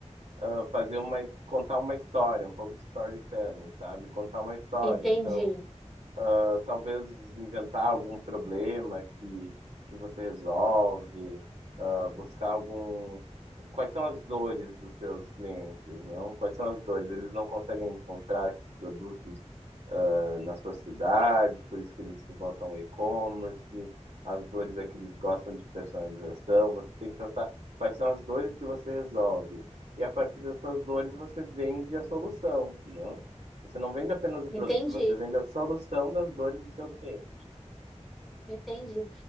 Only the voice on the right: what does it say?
ah, fazer uma, his- contar uma história, um pouco de storytelling, sabe? Contar uma história.
Então, ah, talvez inventar algum problema que, que você resolve, ah, buscar algum. Quais são as dores dos seus clientes, não? Quais são as dores? Eles não conseguem encontrar esses produtos nas suas cidades, por isso que eles se voltam ao e-commerce, as dores é que eles gostam de personalização, você tem que pensar quais são as dores que você resolve. E a partir dessas dores você vende a solução, não? Você não vende apenas o produto,
você vende a solução das dores do seu cliente.